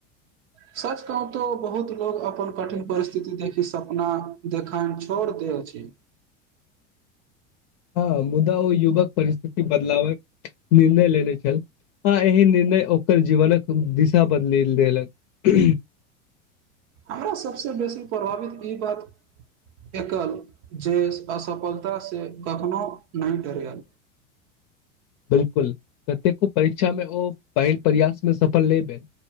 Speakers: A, on the right; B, on the left.
A: सच कहु तो बहुत लोग अपन कठिन परिस्थिति देखि सपना देखा छर दे अछि
B: हँ मुदा ओ युवक परिस्थिति बदलावक निर्णय लेने छल ह एहि निर्णय ओकर जीवनक दिशा बदलि देलक
A: हमरा सभस बेसी प्रभावित ई बात एकल जे असफलतासँ कखनोहु नहि डरयल
B: बिल्कुल कतेको परीक्षामे ओ पहिल प्रयासमे सफल नहि भेल